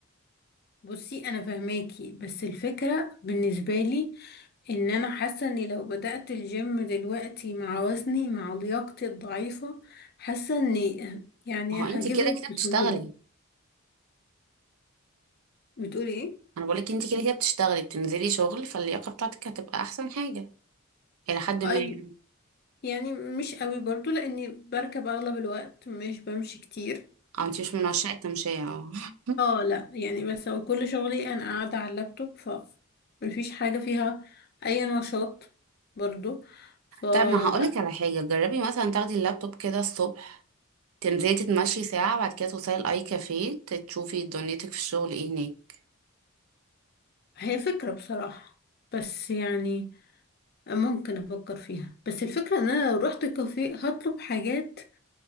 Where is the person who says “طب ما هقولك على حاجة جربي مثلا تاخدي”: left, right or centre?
Right